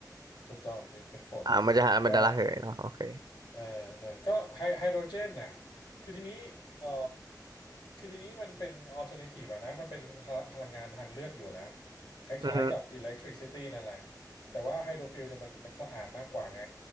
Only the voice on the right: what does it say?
อ่ามันจะามันจะระเหยเนาะโอเค
อืมอฮึ